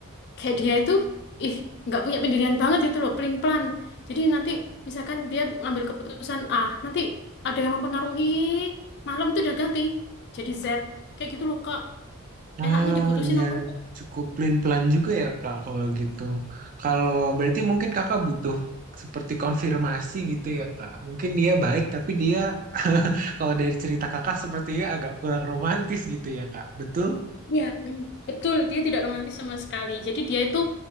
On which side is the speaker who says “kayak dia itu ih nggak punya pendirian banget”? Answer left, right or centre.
Left